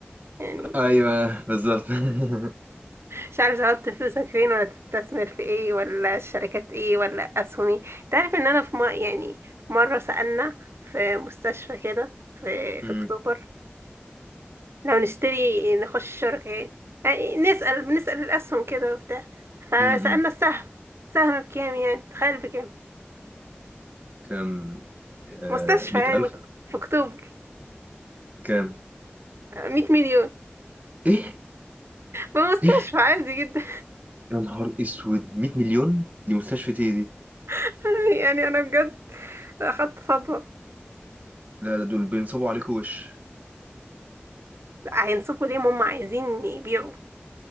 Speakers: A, on the right; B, on the right.
A: يعني
B: أيوه بالظبط <laughs>
A: مش عارف تحط فلوسك فين ولا تستثمر في ايه ولا الشركات ايه ولا اسهم ايه انت عارف ان انا في م... يعني في مرة سألنا في مستشفى كده في
B: أمم،
A: في اكتوبر لو نشتري نخش شركة ايه يعني نسأل بنسأل الاسهم كده وبتاع فسألنا
B: أمم.
A: السهم سهم بكام يعني تخيل بكام
B: كام آه
A: مستشفى
B: مية
A: يعني
B: ألف
A: في اكتوبر
B: كام
A: 100 مليون
B: إيه
A: بمستشفى
B: إيه
A: عادي جدا
B: يا نهار أسود مية مليون دي مستشفى إيه دي
A: <laughs> يعني انا بجد اخدت صدمة
B: لا لا دول بينصبوا عليكوا وش
A: هينصبوا ليه ما هم عايزين يبيعوا